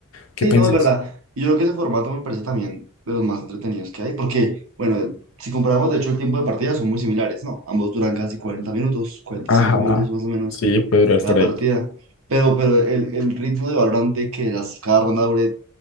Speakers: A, on the left; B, on the right.
A: qué
B: Sí,
A: pensés.
B: no, es verdad. Y yo creo que ese formato me parece también de los más entretenidos que hay, porque, bueno, si comparamos, de hecho, el tiempo de partida son muy similares, ¿no? Ambos duran casi 40 minutos, cuarenta
A: Ajá.
B: y cinco minutos más o menos
A: Sí, puede durar
B: cada
A: por
B: partida,
A: ahí.
B: pero, pero el, el ritmo de Valorant de que las, cada ronda dure